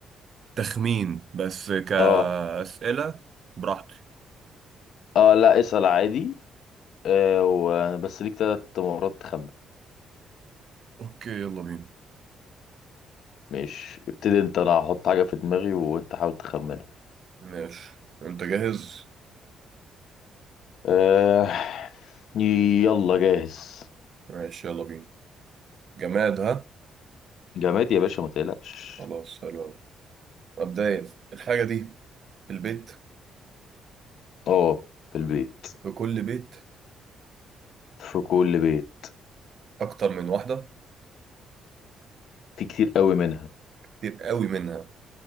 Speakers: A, on the right; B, on the left.
A: تخمين بس كأسئلة
B: اه
A: براحتي
B: اه لا اسأل عادي آه و... بس ليك ثلاث مرات تخمن
A: اوكي يلا بينا
B: ماشي ابتدي انت انا هحط حاجة في دماغي وانت حاول تخمنها
A: ماشي انت جاهز
B: أه... يلا جاهز
A: ماشي يلا بينا جماد ها
B: جماد يا باشا ما تقلقش
A: خلاص حلو أوي. مبدئيا الحاجة دي في البيت
B: اه في البيت
A: في كل بيت
B: في كل بيت
A: أكتر من واحدة
B: في كتير قوي منها
A: كتير قوي منها